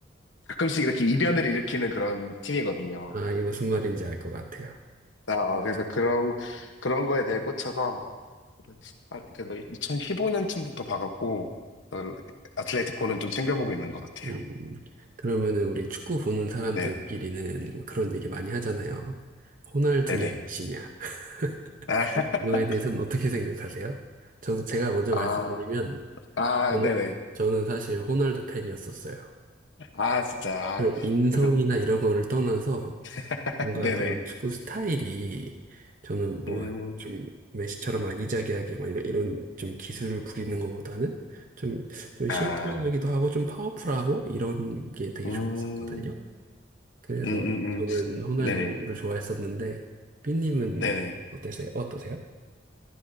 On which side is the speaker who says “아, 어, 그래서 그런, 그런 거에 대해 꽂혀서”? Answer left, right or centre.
Left